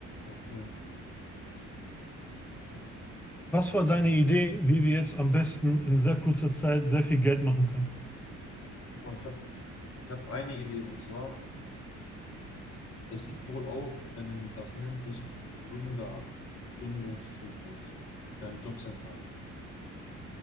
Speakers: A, on the left; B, in the centre.
A: Okay.
B: Was
A: Ähm,
B: war deine Idee, wie wir jetzt am besten in sehr kurzer Zeit sehr viel Geld machen können?
A: guck mal, ich habe ich hab eine Idee und zwar, es gibt wohl auch, ähm, das nennt sich Gründer, Gründungszuschuss beim Jobcenter.